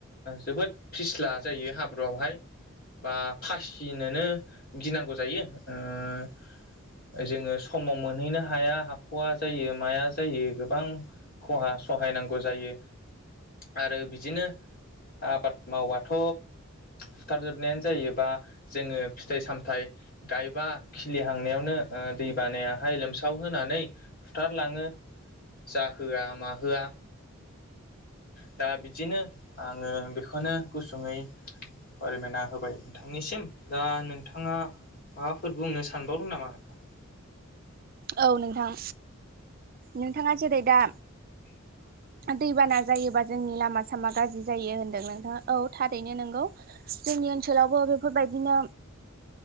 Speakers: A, on the left; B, on the right.
A: जोबोद फिस्ला जायो हाब्रुआवहाय बा फासिनोनो गिनांगौ जायो ओ जोङो समाव मोनहैनो हाया हाख'वा जायो माया जायो गोबां खहा सहायनांगौ जायो। आरो बिदिनो आबाद मावबाथ' सुथाब जोबनायानो जायोबा जोङो फिथाइ सामथायाइ गायबा खिलिहांनायावनो दै बानायाहाय लोमसाव होनानै बुथारलाङो जाहोआ माहोआ दा बिदिनो आङो बेखौनो गुसुङै फोरमायना होबाय नोंथांनिसिम दा नोंथाङा माबाफोर बुंनो सानबावदों नामा नोंथां?
B: औ नोंथां नोंथाङा जेरै दा
A: <inaudible>
B: दैबाना जायोबा जोंनि लामा सामा गाज्रि जायो होनदों नोंथाङा औ थारैनो नोंगौ जों जोंनि ओनसोलावबो बेफोरबायदिनो